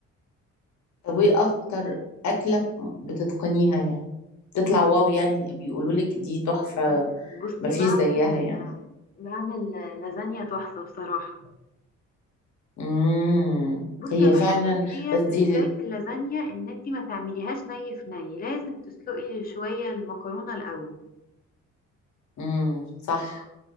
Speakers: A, on the left; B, on the left.
A: طب وايه اكتر اكله بتتقنيها يعني تطلع واو يعني بيقولوا لك دي تحفه
B: مم، بصي
A: مفيش
B: بعمل
A: زيها يعني
B: بعمل لازانيا تحفة بصراحة
A: امم
B: بصي
A: هي
B: يعني بحس
A: فعلا
B: ان هي
A: بس
B: تركاية
A: دي
B: اللازانيا ان انتي ما تعمليهاش ني في ني لازم تسلقي شوية المكرونة الأول
A: امم صح